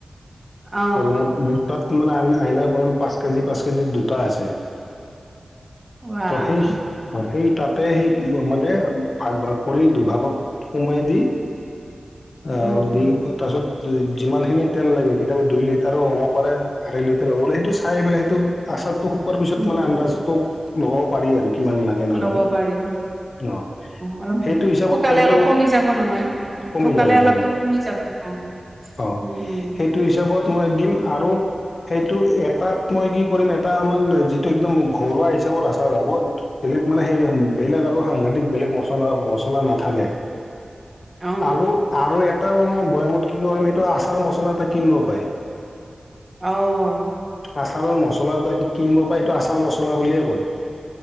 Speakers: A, on the right; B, on the left.
A: অ
B: আৰু মো-মোৰ তাত মানে আইনা আইনাৰ বয়াম পাঁচ কেজি, পাঁচ কেজি দুটা আছে।
A: ওৱাহ।
B: ত' সেই সেই তাতে সেই মানে ভাগ ভাগ কৰি দুভাগত সোমাই দি অ'
A: উম উম
B: দি তাছত যিমান খিনি তেল লাগে কেতিয়াবা দুই লিটাৰো হ'ব পাৰে, আঢ়ৈ লি বোলে হেটো চাই পেলাই হেটো আচাৰটো শুকোৱাৰ পিছত
A: উম
B: মানে আনতাজটো লব পাৰি আৰু। কিমান লাগে নালাগে।
A: ল'ব পাৰি অ
B: অ'
A: অলপ
B: সেইটো হিচাপত
A: শুকালে
B: তেলটো
A: অলপ কমি যাব নহয় উম
B: কমি
A: শুকালে
B: যাব,
A: অলপতো
B: কমি যা
A: যাব অঁ,
B: অ'
A: উম উম
B: সেইটো হিচাপত মই দিম আৰু সেইটো এটাত মই কি কৰিম, এটা আমাৰ যিটো একদম ঘৰুৱা হিচাপত আচাৰ হব যিটো বেলেগ মানে সেই বেলেগ আৰু সাংঘাতিক বেলেগ মচলা মচলা নাথাকে
A: অ
B: আৰু আৰু এটা বয়ামত কি কৰিম এইটো আচাৰ মছলা এটা কিনিব পাৰে
A: আহ
B: আচাৰৰ মছলা এটা কিনিব পাৰে এইটো আচাৰ মছলা বুলিয়ে কয়